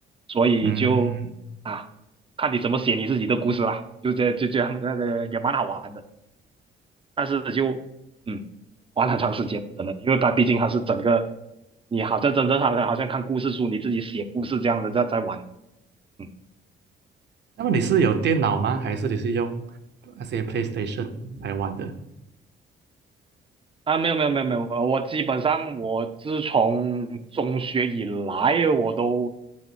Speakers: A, on the right (about 25°); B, on the right (about 60°).
A: 所以就啊，
B: 嗯，
A: 看你怎么写你自己的故事啦，就这就这样，那个也蛮好玩的。但是就嗯，玩很长时间了，真的，因为它毕竟它是整个，你好像真正好像好像看故事书，你自己写故事这样的在在玩。嗯。
B: 那么你是有电脑吗？还是你是用那些 PlayStation 来玩的？
A: 啊，没有没有没有没有，我基本上我自从中学以来，我都